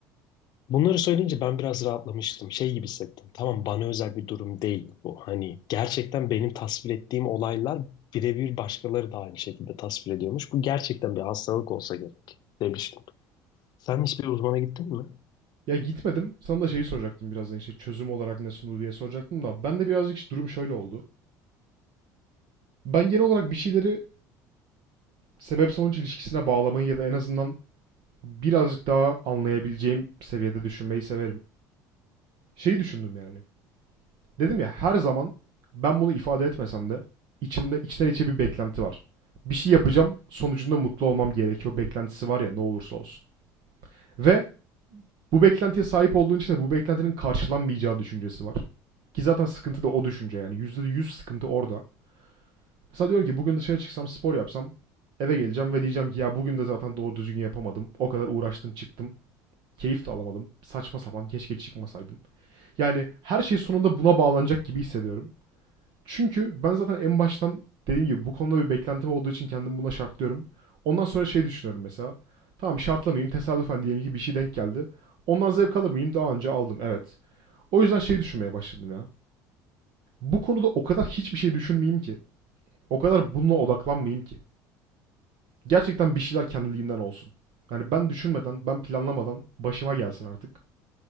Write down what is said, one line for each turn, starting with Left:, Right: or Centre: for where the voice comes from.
Left: Bunları söyleyince ben biraz rahatlamıştım. Şey gibi hissettim. Tamam bana özel bir durum değil bu. Hani gerçekten benim tasvir ettiğim olaylar birebir başkaları da aynı şekilde tasvir ediyormuş. Bu gerçekten bir hastalık olsa gerek demiştim. Sen hiçbir uzmana gittin mi?
Right: Ya gitmedim. Sana da şeyi soracaktım birazdan işte çözüm olarak ne sundu diye soracaktım da ben de birazcık işte durum şöyle oldu. Ben genel olarak bir şeyleri sebep sonuç ilişkisine bağlamayı ya da en azından birazcık daha anlayabileceğim seviyede düşünmeyi severim. Şeyi düşündüm yani. Dedim ya her zaman ben bunu ifade etmesem de içimde içten içe bir beklenti var. Bir şey yapacağım, sonucunda mutlu olmam gerekiyor beklentisi var ya ne olursa olsun. Ve Bu beklentiye sahip olduğun için de bu beklentinin karşılanmayacağı düşüncesi var. Ki zaten sıkıntı da o düşünce yani. yüzde yüz sıkıntı orada. Mesela diyorum ki bugün dışarı çıksam spor yapsam eve geleceğim ve diyeceğim ki ya bugün de zaten doğru düzgün yapamadım. O kadar uğraştım çıktım. Keyif de alamadım. Saçma sapan keşke çıkmasaydım. Yani her şey sonunda buna bağlanacak gibi hissediyorum. Çünkü ben zaten en baştan dediğim gibi bu konuda bir beklentim olduğu için kendimi buna şartlıyorum. Ondan sonra şey düşünüyorum mesela. Tamam şartlamayayım tesadüfen diyelim ki bir şey denk geldi. Ondan zevk alır mıyım? Daha önce aldım evet. O yüzden şey düşünmeye başladım ya. Bu konuda o kadar hiçbir şey düşünmeyeyim ki. O kadar bununla odaklanmayayım ki. Gerçekten bir şeyler kendiliğinden olsun. Yani ben düşünmeden, ben planlamadan başıma gelsin artık.